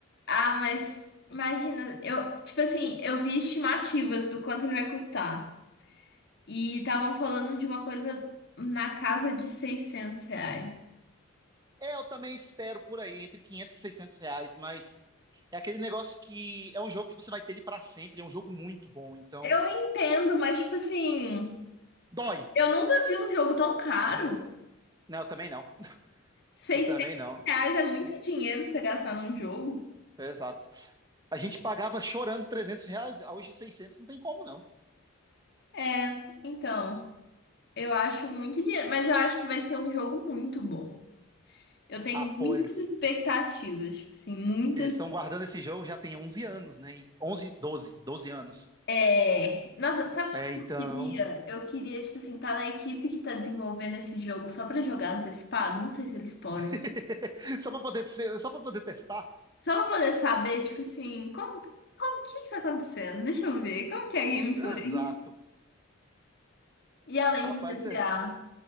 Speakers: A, on the left (about 55°); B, on the right (about 20°).
A: Ah, mas imagina, eu, tipo assim, eu vi estimativas do quanto ele vai custar. E estavam falando de uma coisa na casa de 600 reais.
B: Eu também espero por aí, entre 500 e 600 reais, mas é aquele negócio que é um jogo que você vai ter ele para sempre. É um jogo muito bom, então
A: Eu entendo, mas tipo assim,
B: dói.
A: eu nunca vi um jogo tão caro.
B: Não, eu também não.
A: 600
B: Eu também não.
A: reais é muito dinheiro pra você gastar num jogo.
B: Exato. A gente pagava chorando 300 reais, ah, hoje 600, não tem como não.
A: É, então, eu acho muito dinheiro, mas eu acho que vai ser um jogo muito bom. Eu tenho
B: Ah, pô,
A: muitas
B: eles
A: expectativas, tipo assim, muitas
B: eles estão guardando esse jogo já tem 11 anos, né? 11, 12, 12 anos.
A: É, nossa, sabe o
B: É,
A: que que
B: então,
A: eu queria? Eu queria, tipo assim, tá na equipe que tá desenvolvendo esse jogo só pra jogar antecipado. Não sei se eles podem.
B: <laughs> só para poder ser- só para poder testar.
A: Só pra poder saber, tipo assim, como, como que que tá acontecendo? Deixa eu ver, como que é a gameplay?
B: Exato.
A: E além
B: Rapaz,
A: de GTA,
B: é-